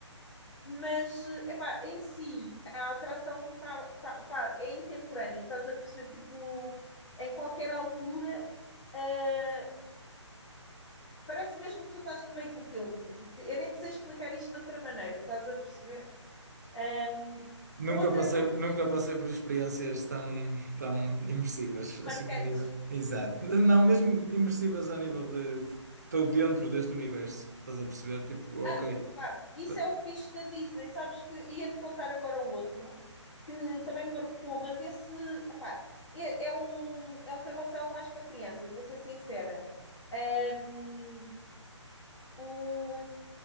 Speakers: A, on the left; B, on the right.
A: Mas, epá, em si, a atração tá, tá, pá, é intemporânea, estás a perceber? Tipo, em qualquer altura, uh, parece mesmo que tu estás no meio do filme. Eu nem te sei explicar isto de outra maneira, estás a perceber? Um,
B: Nunca
A: outra
B: passei,
A: que eu gostei
B: nunca
A: muito,
B: passei por experiências tão, tão imersivas,
A: marcante
B: assim a nível. Exato. Não, mesmo imersivas a nível de. de- Estou dentro deste universo, estás a perceber? Tipo, ok.
A: Ah, pá, isso
B: tá-
A: é o fixe da Disney, sabes que ia-te contar agora outro que também me marcou, mas esse pá, é, é, um, é um carrossel mais para crianças, vou ser sincera. Um, o,